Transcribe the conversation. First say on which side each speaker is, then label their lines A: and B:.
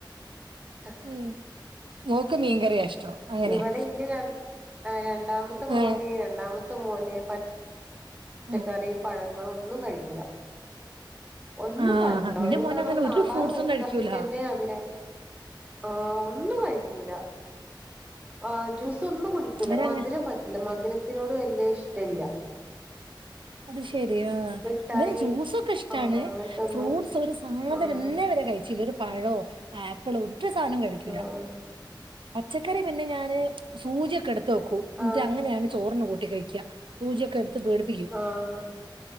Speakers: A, on the right (about 15°); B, on the right (about 85°).
A: അഹ്
B: ഉം മോക്ക് മീൻകറിയാ ഇഷ്ടം അങ്ങനെയാ
A: ഇവിടെ ഇന്റെ ര ആഹ് രണ്ടാമത്തെ മോന്
B: ഏ
A: രണ്ടാമത്തെ മോന് പച്ചക്കറിയും
B: ഉം
A: പഴ ങ്ങളൊന്നും കഴിക്കൂല ഒന്നും
B: ആ
A: പറ്റൂല
B: എന്റെ
A: ഓന്പ്പോ
B: മോൻ
A: നമ്മള്
B: അങ്ങനെ
A: സാമ്പാറ്
B: ഒരു ഫ്രൂട്ട്സും
A: വെക്കാണങ്കി
B: കഴിക്കൂല ആ
A: തന്നെ അതിന് ആഹ് ഒന്നും കഴിക്കൂലാ ആഹ് ജ്യുസൊന്നും കുടിക്കൂല
B: ഇവനങ്ങ
A: മധുരം പറ്റില്ല മധുരത്തിനോട് വല്ല്യ ഇഷ്ട്ടില്ല
B: അത് ശെരി ആഹ്
A: മിഠായി
B: ഇവന് ജ്യൂസൊക്കെ ഇഷ്ട്ടാണ്
A: ആഹ് അങ്ങനത്തൊന്നും
B: ഫ്രൂട്ട്സ് ഒരു സാധനം
A: ആഹ്
B: ഇന്നേ വരെ കഴിച്ചീല്ല പഴോ ആപ്പിളോ ഒര് സാനോം കഴിക്കൂല
A: ആഹ്
B: പച്ചക്കറി പിന്നെ ഞാന് സൂചിയൊക്കെ എട്ത്ത് വെക്കും ഇന്നിട്ടങ്ങനെയാണ്
A: ആഹ്
B: ചോറിന് കൂട്ടി കഴിക്ക്യ സൂചിയൊക്കെടുത്ത് പേടിപ്പിക്കും
A: ആഹ്